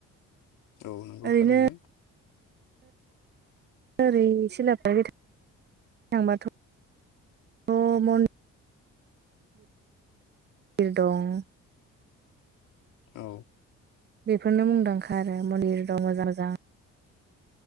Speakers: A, on the left (about 85°); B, on the right (about 35°).
A: औ नंगौ
B: ओरैनो
A: थारैनो।
B: ओरै सिलाफोथार थिं थांबाथ' औ मन मन्दिर दं
A: औ।
B: बेफोरनो मुंदांखा आरो मन्दिर दं मोजां मोजां।